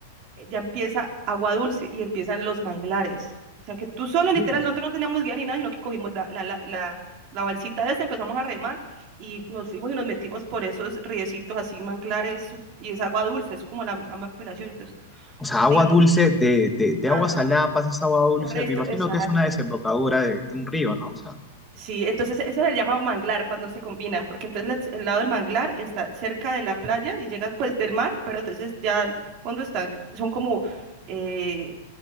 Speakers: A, on the right; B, in the centre.
A: eh, ya empieza agua dulce y empiezan los manglares. O sea que tú solo, literal,
B: Ujú.
A: nosotros no teníamos guía ni nada, sino que cogimos la, la, la, la, la balsita esa, empezamos a remar y nos fuimos y nos metimos por esos riecitos así, manglares, su- y es agua dulce, es como la, misma combinación. Entonces,
B: O sea,
A: digamos,
B: agua dulce, de, de, de
A: ajá,
B: agua salada pasas a agua dulce,
A: correcto,
B: me imagino
A: exacto.
B: que es una desembocadura de, de un río, ¿no? O sea,
A: Sí, entonces eso se llama manglar cuando se combinan, porque entonces la- el lado del manglar está cerca de la playa y llegas pues del mar, pero entonces ya cuando están, son como eh,